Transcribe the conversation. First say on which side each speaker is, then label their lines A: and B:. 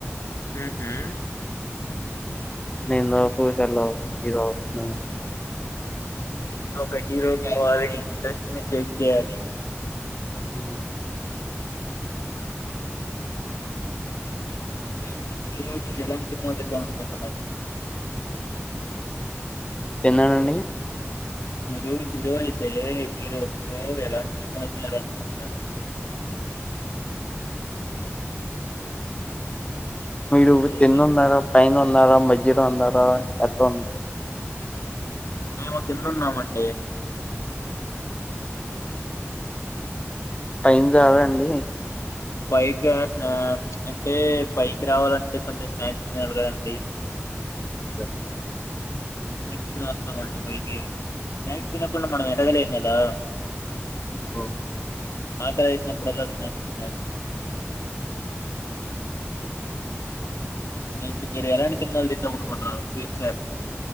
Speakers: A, on the left (about 75°); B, on the left (about 25°).
A: ఉహు
B: నేను ఇంతవకు చ ఇద అతున్నా
A: మీరు ఒక హీరో కావాలి ఇండస్ట్రీని సెక్ చేయాలి
B: హ
A: మీరు హీరో ఐతే ఎలాంటి సినిమాలు తీద్దాం అనుకుంటున్నారు
B: తిన్నారండి
A: మీరు హీరో అయితే హీరో హీరో ఎలాంటి సినిమాలు తీయాలనుకుంటున్నారు
B: అ మీరు
A: అంటే
B: తిన్న ఉన్నారా పైన ఉన్నారా మజ్జిలో ఉన్నారా ఎంత
A: మేము కింద ఉన్నామండి
B: టైం జవ అండి
A: పైకి స్నా అంటే పైకి రావాలంటే కొంచెం స్నాక్స్ తినాలి కదండి
B: ఓ
A: స్నాక్స్ తిన వస్తామండి పైకి స్నాక్స్ తినకుండా మనం ఎదగలేం కదా
B: ఓ
A: ఆకలి వేసినప్పుడల్లా స్నాక్స్ తినలి మీ మీరు ఎలాంటి సినిమాలు తీద్దాం అనుకుంటున్నారు ఫ్యూచర్